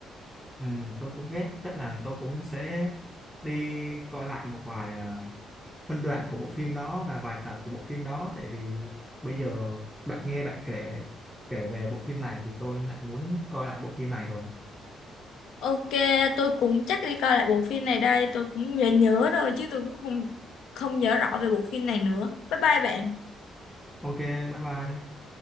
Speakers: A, in the centre; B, on the left (about 80°).
A: Ừ, tôi cũng biết chắc là tôi cũng sẽ đi coi lại một vài à, phân đoạn của bộ phim đó và vài tập của bộ phim đó tại vì bây giờ bạn nghe bạn kể kể về bộ phim này thì tôi lại muốn coi lại bộ phim này rồi
B: Ok, tôi cũng chắc đi coi lại bộ phim này đây, tôi cũng nhớ nhớ rồi chứ tôi cũng không không nhớ rõ về bộ phim này nữa. Bye bye bạn.
A: ok bye bye